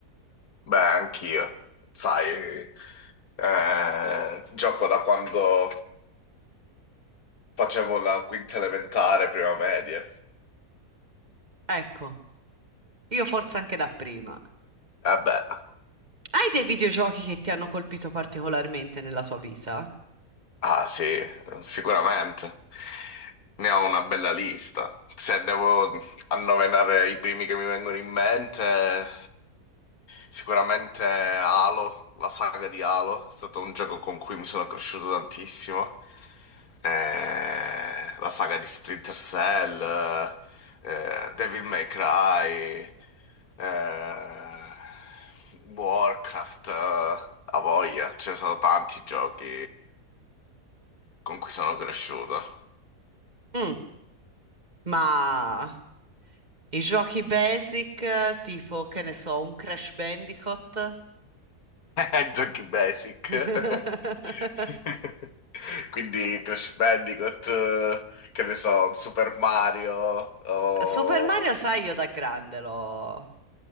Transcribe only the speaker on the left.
beh, anch'io. Sai, eh, gioco da quando facevo la quinta elementare, prima media.
Eh beh,
ah sì, sicuramente. Ne ho una bella lista. Se devo annoverare i primi che mi vengono in mente, sicuramente Halo, la saga di Halo, è stato un gioco con cui mi sono cresciuto tantissimo. eh, la saga di Splinter Cell, eh, Devil May Cry, eh, Warcraft, eh, a voglia, ce ne sono tanti giochi con cui sono cresciuto.
<laughs> Giochi basic.
<laughs> Quindi Crash Bandicoot, eh, che ne so, Super Mario, o...